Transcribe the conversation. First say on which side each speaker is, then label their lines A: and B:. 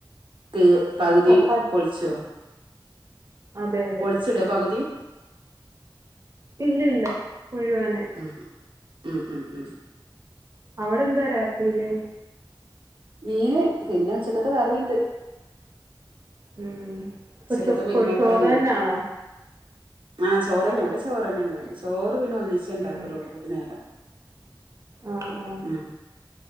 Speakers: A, on the right; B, on the right.
A: തീർ പകുതി
B: ചപ്പാ
A: പൊളിച്ചോ?
B: അതെ അതെ.
A: പൊളിച്ചിടോ പകുതി?
B: ഇല്ല ഇല്ല മുഴുവനെ
A: ഉം ഉം ഉം ഉം
B: അവിടെ എന്താ രാത്രിയില്?
A: മീൻ പിന്നെ ഉച്ചയ്ക്കത്തെ കറിയുണ്ട്.
B: ഉം ഇപ്പൊ
A: ഉച്ചക്കത്തെ
B: പ്പോ
A: മുരിങ്ങ
B: ചോറ്
A: കറിയുണ്ട്
B: തന്നാണോ?
A: ആഹ് ചോറ് തന്നെ ഇവിടെ ചോറ് തന്നെ ഉണ്ടാവു ചോറ് പിന്നെ ഒന്നിച്ചേ ഉണ്ടാക്കാറുള്ളൂ
B: ഉം.
A: ഒരു നേരം
B: ആഹ് ആഹ്.
A: ഉം